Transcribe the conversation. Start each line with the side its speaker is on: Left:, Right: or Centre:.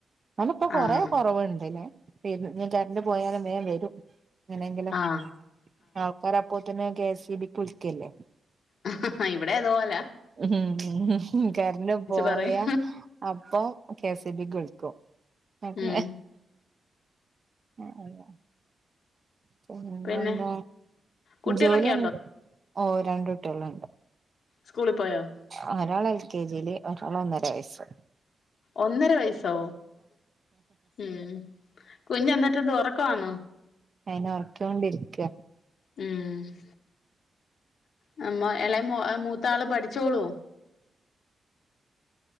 Right: ന്നാലും ഇപ്പൊ കൊറേ
Left: ആഹ്
Right: കൊറെവ്ണ്ട്ലേ പിൻ ഞ് കെര്ണ്ട് പോയാലും ബേം വെരും ങ്ങെനെങ്കിലും
Left: ആഹ്
Right: ആൾക്കാരപ്പോത്തിന് കെ എസ് ഇ ബിക്ക് വിള്ക്കല്ലേ
Left: അ ഹ ഹാ ഇവ്ടേം അതു പോലാ
Right: ഉം കര്ണ്ട് പോയാ
Left: പറയും
Right: അപ്പം കെ എസി ബിക്ക് വിൾക്കും അതെ
Left: ഉം
Right: ഏഹ് അയ പിന്നെന്താ
Left: പിന്നെ കുട്ടികളൊക്കെ
Right: ജോലി എൻ ഓഹ് രണ്ടുട്ട്യെള്
Left: സ്കൂളി പാേയോ?
Right: ആഹ് ഒരാള് എൽ കെ ജീല് ഒരാള് ഒന്നെര വെയെസ്സ്
Left: ഒന്നെര വെയസ്സോ ഉം കുഞ്ഞ് എന്നിട്ടെന്ത് ഒറക്കവാന്നോ?
Right: അയ്നെ ഒറെക്കിയോണ്ടിരിക്കാ
Left: ഉം നമ്മെ ഇളേ മോ മൂത്താള് പഠിച്ചോളുവോ?